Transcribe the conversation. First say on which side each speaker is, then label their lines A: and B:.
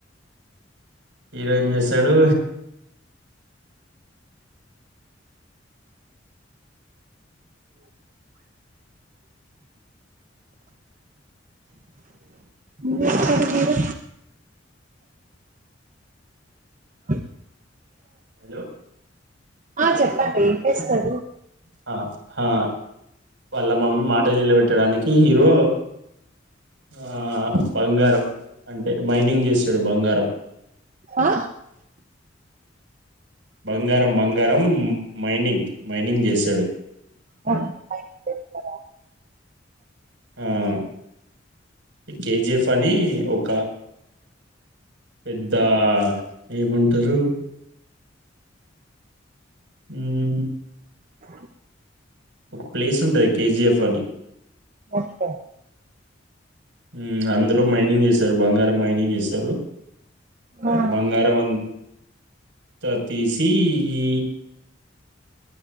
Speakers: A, on the right; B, on the right.
A: హీరో ఏం చేసాడు
B: ఏం చేస్తాడు హీరో అ
A: హలో
B: ఆ చెప్పండి ఏం చేస్తారు
A: ఆ హా వాళ్ళ మమ్మీ మాట నిలబెట్టడానికి హీరో ఆ బంగారం అంటే మైనింగ్ చేసాడు బంగారం
B: ఆ
A: బంగారం బంగారం మైనింగ్ మైనింగ్ జేశాడు
B: మైనింగ్ చేస్తాడ
A: మ్మ్ కేజీఎఫ్ అని ఒక పెద్ద ఏమంటరు హ్మ్
B: అ
A: ఒక ప్లేస్ ఉంటది కేజిఎఫ్ అని
B: ఓకే
A: మ్ అందులో మైనింగ్ చేస్తారు బంగారం మైనింగ్ చేస్తారు
B: ఆ
A: బంగారం అం త తీసి ఈ